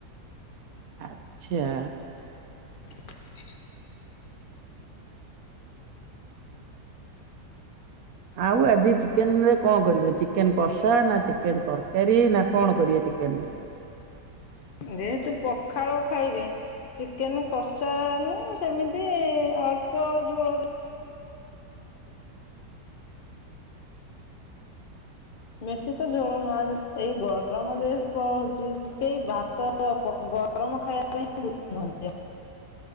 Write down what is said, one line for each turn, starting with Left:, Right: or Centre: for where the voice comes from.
Right: ଆଚ୍ଛା।
Left: <inaudible>
Right: ଆଉ ଆଜି ଚିକେନ ରେ କଣ କରିବ ଚିକେନ କଷା ନା ଚିକେନ ତରକାରୀ ନା କଣ କରିବେ? ଚିକେନ ରେ
Left: ଯେହେତୁ ପଖାଳ ଖାଇବେ ଚିକେନ କଷା ଣୁ ସେମିତି ଅଳ୍ପ ଝୋଳ ଦେ ବେଶୀ ତ ଝୋଳ ନୁହଁ ଆଜି ଏଇ ଗରମ ଯେହେତୁ ପଉଚି ସେଇ ଭାତ ପ ଗରମ ଖାଇବା ପାଇଁ <unintelligible> ବୁଝନ୍ତି <inaudible>